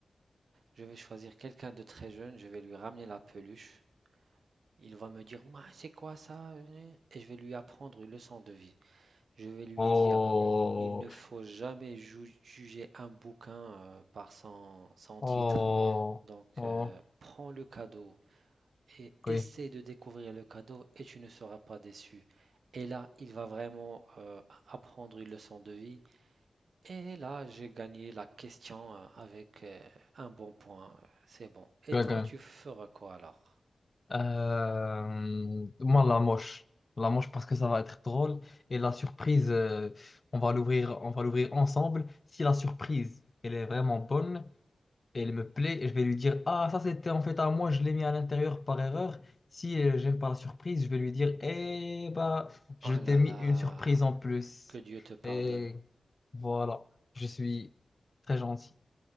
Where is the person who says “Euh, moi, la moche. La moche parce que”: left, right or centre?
Left